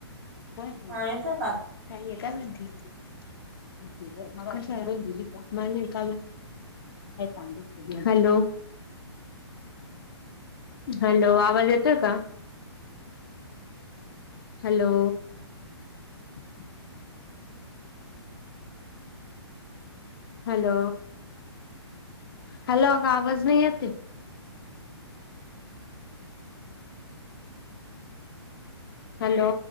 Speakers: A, on the left; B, on the right.
A: <unintelligible>
B: हा का <unintelligible>
A: काही आहे का म्हणजे <inaudible> दिली का म एका <unintelligible> हॅलो
B: ह
A: हॅलो आवाज येतो का? हॅलो ़ हॅलो हॅलो आग आवाज नाही येत. हॅलो